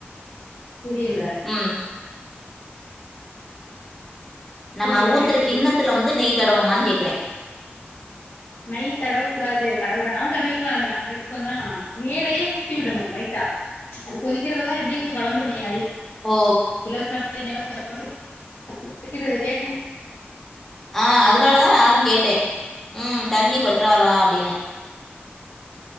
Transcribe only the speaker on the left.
புரியல
புரியல என்ன
கேக்குறீங்க
நைய் தடவக்க கூடாது தடவுறனாலு தடவிக்கலா அது நம்ம விருப்பந் தா மேலயே ஊத்தி விடணு லைட்டா அது கொதிக்கிறதுதா எப்டியு கலந்துரு நீ அரி
கில வெச்சாலு செரி மேல வெச்சலு சரி வைக்க <inaudible>